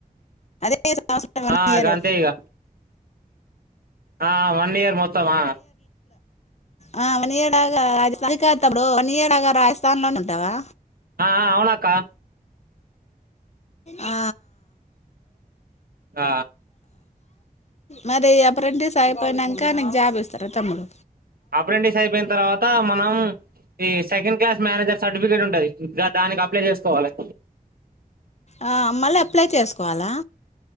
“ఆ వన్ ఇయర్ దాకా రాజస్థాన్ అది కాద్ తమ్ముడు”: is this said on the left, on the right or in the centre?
Left